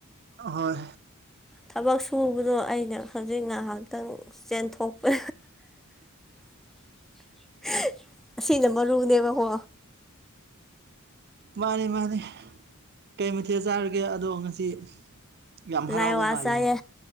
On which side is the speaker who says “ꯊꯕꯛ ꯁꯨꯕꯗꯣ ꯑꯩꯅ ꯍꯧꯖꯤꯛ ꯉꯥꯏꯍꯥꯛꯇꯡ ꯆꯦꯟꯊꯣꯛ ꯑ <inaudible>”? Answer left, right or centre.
Centre